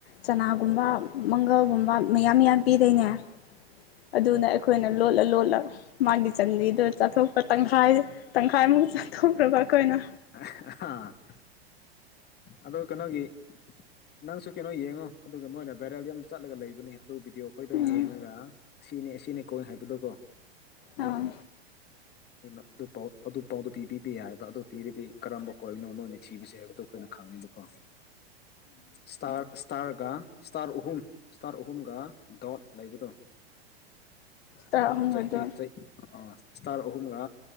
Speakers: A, on the left (about 65°); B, on the left (about 30°).
A: ꯆꯅꯥꯒꯨꯝꯕ ꯃꯪꯒꯜꯒꯨꯝꯕ ꯃꯌꯥꯝ ꯌꯥꯝ ꯄꯤꯗꯣꯏꯅꯦ ꯑꯗꯨ ꯑꯈꯣꯢ ꯑꯩꯈꯣꯏꯅ ꯂꯣꯜꯂ ꯂꯣꯜꯂ ꯃꯥꯒꯤ ꯆꯟꯗꯤꯗꯣ ꯆꯥꯊꯣꯛꯄ ꯇꯪꯈꯥꯏ ꯇꯪꯈꯥꯏꯃꯨꯛ ꯆꯥꯊꯣꯛꯈ꯭ꯔꯒ ꯑꯩꯈꯣꯏꯅ
B: ꯑ ꯍ ꯑ ꯑꯗ ꯀꯩꯅꯣꯒꯤ ꯅꯪꯁꯨ ꯀꯩꯅꯣ ꯌꯦꯡꯉꯣ ꯑꯗꯨꯒ ꯃꯣꯏꯅ ꯚꯦꯔꯦꯜꯗ ꯌꯥꯝ ꯆꯠꯂꯒ ꯂꯩꯕꯅꯤ ꯑꯗꯨ ꯚꯤꯗꯤꯑꯣ ꯑꯩꯈꯣꯏꯗꯣ
A: ꯎꯝ
B: ꯌꯦꯡꯉꯒ ꯑꯁꯤꯅꯤ ꯑꯁꯤꯅꯤ ꯀꯣꯏ ꯍꯥꯏꯕꯗꯣꯀꯣ ꯑꯗꯨꯝ
A: ꯑꯥ
B: ꯑꯗꯨꯅ ꯑꯗꯨ ꯄꯥꯎ ꯑꯗꯨ ꯄꯥꯎꯗꯣ ꯄꯤꯕꯤꯕ ꯌꯥꯏ ꯍꯥꯏꯕ ꯑꯗꯨ ꯄꯤꯔꯤꯗꯤ ꯀꯔꯝꯕ ꯀꯣꯢꯟ ꯅꯣꯃꯣꯏꯅ ꯊꯤꯕꯁꯦ ꯍꯥꯏꯕꯗꯣ ꯑꯩꯈꯣꯏꯅ ꯈꯪꯉꯤꯗꯀꯣ ꯏꯁꯇꯥꯔ ꯁ꯭ꯇꯥꯔꯒ ꯁ꯭ꯇꯥꯔ ꯑꯍꯨꯝ ꯁ꯭ꯇꯥꯔ ꯑꯍꯨꯝꯒ ꯗꯣꯠ ꯂꯩꯕꯗꯣ
A: ꯇꯔꯥ
B: ꯑꯗꯨꯒ
A: ꯑꯍꯨꯝꯒꯗꯣ
B: ꯆꯍꯤ ꯆꯍꯤ ꯑꯥ ꯏꯁꯇꯥꯔ ꯑꯍꯨꯝꯒ